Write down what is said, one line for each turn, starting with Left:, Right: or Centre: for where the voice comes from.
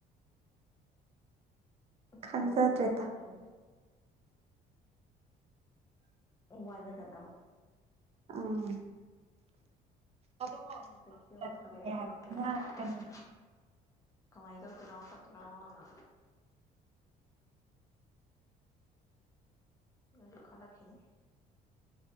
Right: ꯈꯪꯖꯗ꯭ꯔꯦꯗ
Left: ꯇꯃꯝꯗ꯭ꯔꯗꯤ ꯐꯗꯧꯅꯤ ꯎꯝ ꯋꯥꯖꯗꯅꯕ
Right: ꯎꯝ ꯑꯗꯣ ꯃꯥꯁꯇꯔ
Left: ꯍꯧꯖꯤꯛꯇꯤ ꯑꯃꯨꯛ ꯈꯜꯂꯛꯑꯦ
Right: ꯂꯣꯏꯔꯦ
Left: ꯊꯕꯛꯀꯤ
Right: ꯍꯥꯏꯕꯗꯨꯅ ꯀꯩꯅꯣꯗꯤ
Left: ꯀꯃꯥꯏ ꯇꯧꯗꯣꯢꯅꯣ ꯈꯣꯠꯇꯣꯏꯅꯣꯅ ꯅꯣꯏꯖꯨ ꯈꯜꯂꯛꯈꯤꯅꯤ